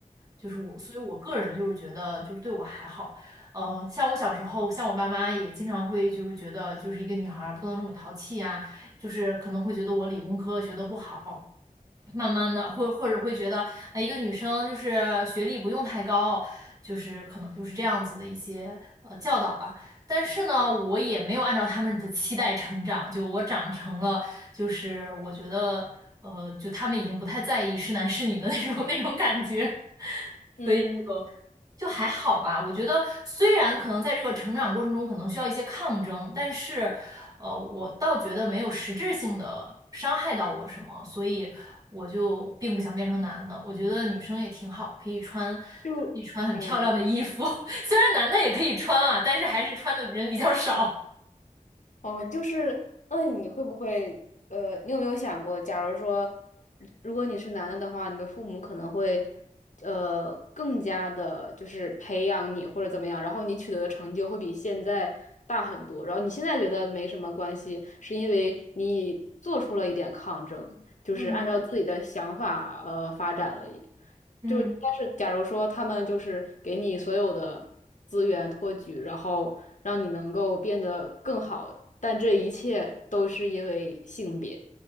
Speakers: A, on the right; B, on the left.
A: 就是我，所以我个人就是觉得就是对我还好，呃，像我小时候，像我爸妈也经常会就是觉得就是一个女孩儿不能这么淘气呀，就是可能会觉得我理工科学得不好，慢慢的，或或者会觉得啊，一个女生就是学历不用太高，就是可能就是这样子的一些呃教导吧。但是呢，我也没有按照他们的期待成长，就我长成了，就是我觉得呃，就他们已经不太在意是男是女的那种 <laughs> 那种感觉。<laughs>
B: 嗯，
A: 所以。就还好吧。我觉得虽然可能在这个成长过程中可能需要一些抗争，但是，呃，我倒觉得没有实质性的伤害到我什么，所以我就并不想变成男的。我觉得女生也挺好，可以穿，可以穿很漂亮的衣服，
B: 就嗯。
A: <laughs> 虽然男的也可以穿啊，但是还是穿的人比较少。
B: 哦，就是，嗯，你会不会，呃，你有没有想过，假如说，如果你是男的的话，你的父母可能会，呃，更加的，就是培养你或者怎么样，然后你取得的成就会比现在大很多，然后你现在觉得没什么关系，是因为你做出了一点抗争，就是按照自己的想法，
A: 嗯
B: 呃，发展了。
A: 嗯
B: 就但是假如说他们就是给你所有的资源托举，然后让你能够变得更好，但这一切都是因为性别，